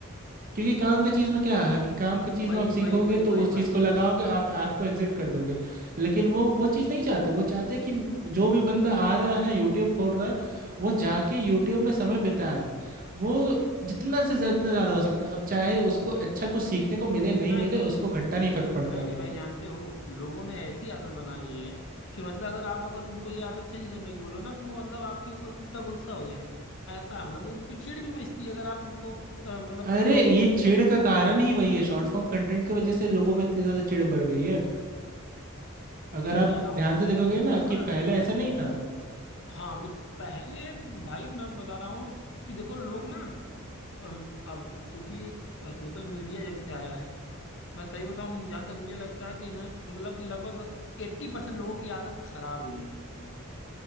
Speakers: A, on the right (about 40°); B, on the left (about 60°).
A: क्योंकि काम का चीज में क्या है कि काम का चीज
B: वही
A: में आप सीखोगे
B: वही वही
A: तो
B: वही
A: उस
B: भाई
A: चीज को लगाओगे आप ऐप को एग्जिट कर दोगे लेकिन वो वो चीज नहीं चाहते वो चाहते कि जो भी बंदा आ रहा है यूट्यूब खोल रहा है वो जाके यूट्यूब में समय बिताए वो जितना से जितना ज्यादा हो सकता है अब चाहे उसको अच्छा कुछ सीखने को मिले
B: इतना
A: नहीं मिले
B: ही नहीं
A: उसको घंटा नहीं फर्क पड़ता
B: इतना ही
A: है
B: नहीं भाई जानते हो लोगों ने ऐसी आदत बना ली है कि मतलब अगर आप अगर उनको ये आदत चेंज करने को बोलो ना तो वो मतलब आपके ऊपर उल्टा गुस्सा हो जाएंगे ऐसा है मतलब वो उनको चिढ़ भी मचती है अगर आप उनको अ, मतलब
A: अरे
B: कि टोक
A: ये
B: दो
A: चिढ़ का कारण ही वही है शॉर्ट फॉर्म कंटेंट की वजह से लोगों में इतनी ज्यादा चिढ़ बढ़ गई है
B: वही
A: अगर आप
B: कह रहा
A: ध्यान
B: हूँ कि
A: से देखोगे
B: एकदम
A: ना
B: लोग
A: कि
B: ना
A: पहले ऐसा नहीं था
B: हाँ बिल- पहले भाई मैं बता रहा हूँ कि देखो लोग ना अब अब चूंकि सोशल मीडिया जब से आया है मैं सही बताऊँ जहाँ तक मुझे लगता है कि इन्हें मतलब कि लगभग एट्टी परसेंट लोगों की आदत खराब हुई है